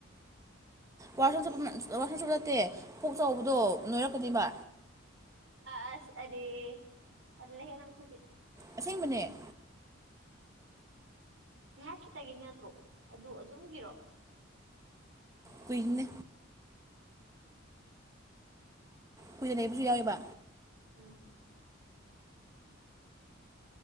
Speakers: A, on the right; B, on the right.
A: ꯋꯥꯁꯣ
B: ꯁꯦꯁ
A: ꯆꯨꯞ ꯋꯥꯔꯣꯝꯁꯨꯨꯞꯞ ꯅꯠꯇꯦ ꯐꯣꯛ ꯆꯥꯎꯕꯗꯣ ꯅꯣꯏꯔꯛꯀꯅꯤꯕ
B: ꯑꯁ ꯑꯔꯦ ꯇꯜꯂꯍꯦ ꯅꯪꯁꯤꯗꯤ
A: ꯑꯁꯦꯡꯕꯅꯦ
B: ꯉꯥꯏꯍꯥꯛ ꯈꯤꯇꯒꯤ ꯅꯠꯇ꯭ꯔꯣ ꯑꯗꯨ ꯑꯗꯨꯝꯒꯤꯔꯣ
A: ꯀꯨꯏꯕꯅꯦ ꯀꯨꯏꯅꯥ ꯂꯩꯕꯥꯁꯨ ꯌꯥꯎꯋꯕ
B: ꯎꯝ